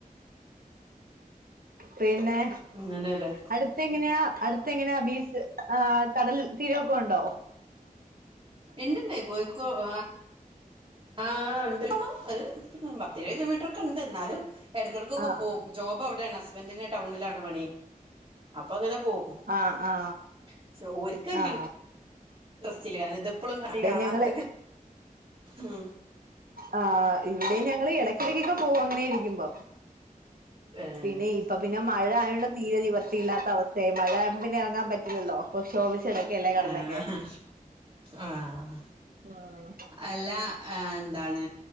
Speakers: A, on the right; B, on the right.
A: പിന്നെ
B: അങ്ങനെയല്ലേ
A: അടുത്തെങ്ങനെയാ അടുത്തെ എങ്ങനെയാ ബീച്ച് ആ് കടൽ തീരാക്കെ ഒണ്ടോ?
B: ഇണ്ട് ഇണ്ട് കോഴിക്കോട് ആ ഉണ്ട് അത് ഏഴ് കിലോമീറ്റർ ഒക്കെ ഉണ്ട് എന്നാലും ഇടക്കിടക്കൊക്കെ
A: ആഹ്
B: പോവും ജോബ് അവിടെയാണ് ഹസ്ബൻറിന്റെ ടൗണിലാണ് പണി. അപ്പൊ അങ്ങനെ പോകും
A: ആ ആ
B: പക്ഷെ ഓർക്ക് വലിയ
A: ആ
B: <unintelligible> ഇതെപ്പോഴും കണി കാണാത്ത
A: ഞങ്ങള്
B: ഉ
A: ആ് ഇവിടെ ഞങ്ങള് ഇടക്കിടകൊക്കെ പോ അങ്ങനെ ഇരിക്കുമ്പ
B: ഏഹ്
A: പിന്നെ ഇപ്പ പിന്നെ മഴ ആയ തീരെ നിവർത്തിയില്ലാത്ത അവസ്ഥയായി മഴാവുമ്പ പിനെ ഇറങ്ങാൻ പറ്റില്ലല്ലോ അ ചടക്കല്ലേ കടലൊക്കെ
B: ആഹ് ആഹ്
A: ആഹ്
B: അല്ല ആ എന്താണ്